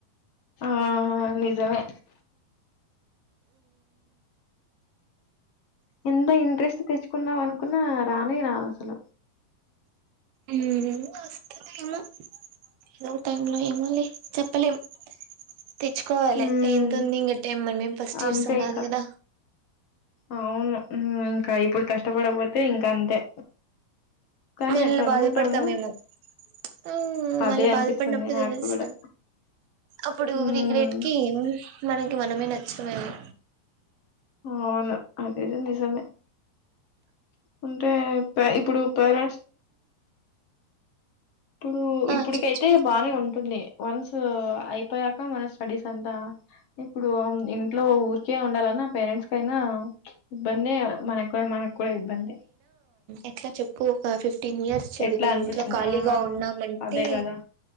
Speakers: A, on the left; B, on the right.
A: ఆ నిజమే ఎంత ఇంట్రెస్ట్ తెచ్చుకుందాం అనుకున్నా రానే రాద్ అసలు
B: మ్ వస్తాదేమో ఏదో టైమ్లో ఏమోలె చెప్పలేం. తెచ్చుకోవాలె
A: ఉమ్,
B: ఎంత ఉంది ఇంక టెమ్మనే మేం ఫస్ట్
A: అంతే
B: ఇయర్సం కాదు
A: ఇంకా
B: కదా
A: అవును ఇంకా ఇప్పుడు కష్టపడకపోతే ఇంకా అంతే కానీ
B: మళ్ళ
A: అట్లా అనుకుంటాము
B: బాధపడ్తామేమో అవు
A: అదే
B: మళ్ళ
A: అనిపిస్తుంది
B: బాధపడినప్పుడు
A: నాకు
B: తెలుస్త
A: కూడా
B: అప్పుడు
A: ఉమ్,
B: రిగ్రెట్కి మనకి మనమే నచ్చమేమో
A: అవును అదైతే నిజమే ఉంటే ఇప్పుడు పేరెంట్స్ ఇప్పుడు
B: ఆ
A: ఇప్పుడికైతే
B: చెప్పు చెప్పు
A: బానే ఉంటుంది. వన్స్ స్ అయిపోయాక మన స్టడీస్ అంతా ఇప్పుడూ ఇంట్లో ఊరికే ఉండాలన్న పేరెంట్స్కైనా ఇబ్బందే మన కూడా మన కూడా ఇబ్బందే
B: ఎట్ల చెప్పు ఒక ఫిఫ్టీన్ ఇయర్స్ చదివి
A: ఎట్లా అనిపిస్తుంది
B: ఇంట్లో ఖాళీగా
A: ఆ
B: ఉన్నామంటే
A: అదే కదా